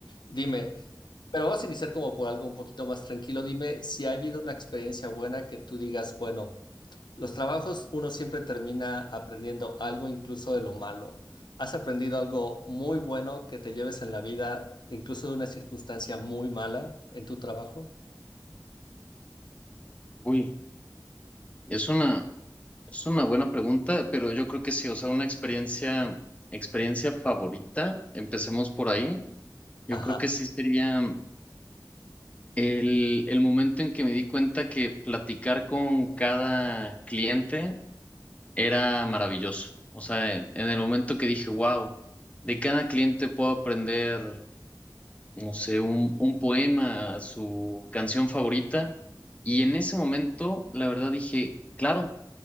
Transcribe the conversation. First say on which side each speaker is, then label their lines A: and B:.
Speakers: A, on the left; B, on the left.
A: Dime, pero vamos a iniciar como por algo un poquito más tranquilo, dime si ha habido una experiencia buena que tú digas, bueno, los trabajos uno siempre termina aprendiendo algo incluso de lo malo. ¿Has aprendido algo muy bueno que te lleves en la vida, incluso de una circunstancia muy mala en tu trabajo?
B: Uy, es una, es una buena pregunta, pero yo creo que sí. O sea, una experiencia, experiencia favorita. Empecemos por ahí. Yo
A: Ajá.
B: creo que sí sería. El, el momento en que me di cuenta que platicar con cada cliente era maravilloso. O sea, en, en el momento que dije, wow, de cada cliente puedo aprender, no sé, un, un poema, su canción favorita. Y en ese momento, la verdad dije, claro,